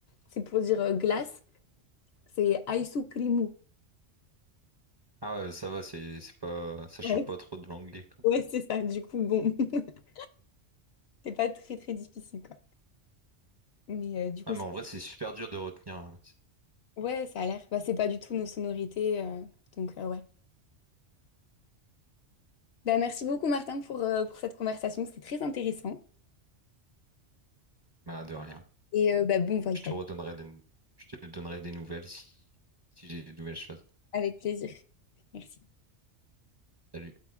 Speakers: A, on the left (about 65°); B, on the right (about 30°).
A: c'est pour dire euh, glace, c'est aisukrimu.
B: Ah ouais, ça va, c'est c'est pas ça
A: Ouais,
B: change pas trop de l'anglais quoi.
A: ouais, c'est ça. Du coup, bon, <laughs> c'est pas très très difficile quoi. Mais euh, du coup,
B: Ah mais
A: c'est-
B: en vrai, c'est super dur de retenir. hein.
A: ouais, ça a l'air. Bah, c'est pas du tout nos sonorités, euh, donc euh, ouais. Bah, merci beaucoup Martin pour, euh, pour cette conversation, c'était très intéressant.
B: Bah de rien.
A: Et euh, bah, bon voyage,
B: Je te redonnerai des je te donnerai des nouvelles si si j'ai des nouvelles choses.
A: avec plaisir. Merci.
B: Salut.